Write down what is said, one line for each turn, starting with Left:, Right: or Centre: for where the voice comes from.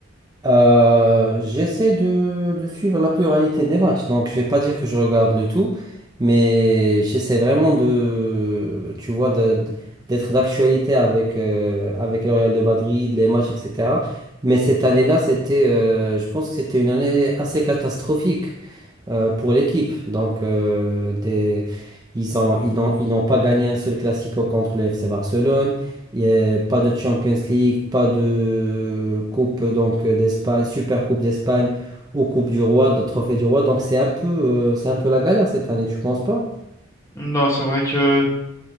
Right: Euh, j'essaie de, de suivre la pluralité des matchs, donc je vais pas dire que je regarde le tout, mais j'essaie vraiment de, tu vois, de- de- d'être d'actualité avec, euh, avec le Real de Madrid, les matchs, etc. Mais cette année-là, c'était, euh, je pense que c'était une année assez catastrophique euh, pour l'équipe. Donc, euh, des, ils ont, ils n'ont, ils n'ont pas gagné un seul Classico contre le FC Barcelone. Il y a pas de Champions League, pas de Coupe donc d'Espagne, Super Coupe d'Espagne ou Coupe du Roi, de Trophée du Roi. Donc, c'est un peu, euh, c'est un peu la galère cette année, tu penses pas?
Left: Non, c'est vrai que